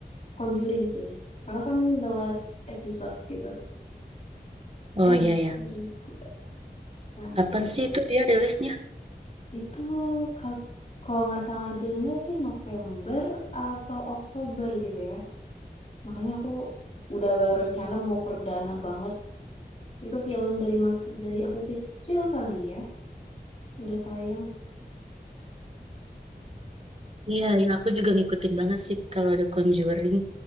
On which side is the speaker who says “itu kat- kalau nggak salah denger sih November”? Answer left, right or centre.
Left